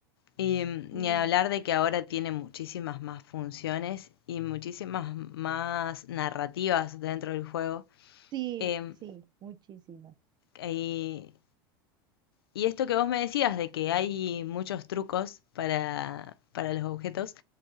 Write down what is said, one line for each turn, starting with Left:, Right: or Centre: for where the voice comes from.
Left: Y mm,
Right: Mm,
Left: ni hablar de que ahora tiene muchísimas más funciones y muchísimas más narrativas dentro del juego.
Right: sí,
Left: Em,
Right: sí, muchísimas.
Left: y, y esto que vos me decías de que hay muchos trucos para, para los objetos,